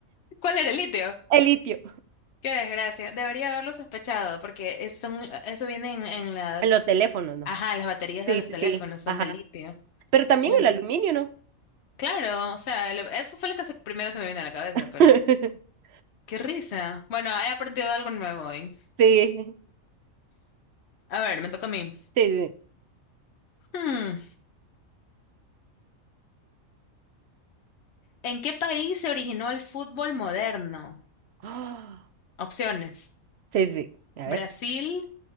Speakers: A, on the left; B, on the right.
A: ¿Cuál era el litio?
B: <laughs> El litio.
A: Qué desgracia. Debería haberlo sospechado porque es- son, eso viene en, en las,
B: En los teléfonos, ¿no?
A: ajá, las baterías
B: Sí,
A: de los
B: sí,
A: teléfonos,
B: sí.
A: son
B: Ajá.
A: de litio.
B: Pero también
A: Claro.
B: el aluminio, ¿no?
A: Claro, o sea, lo- eso fue lo que se- primero se me vino a la cabeza,
B: <laughs>
A: pero qué risa. Bueno, he aprendido algo nuevo hoy.
B: Sí.
A: A ver, me toca a mí.
B: Sí, sí.
A: Hmm, ¿En qué país se originó el fútbol moderno?
B: Ah,
A: Opciones:
B: <gasps> sí, sí. A
A: Brasil,
B: ver.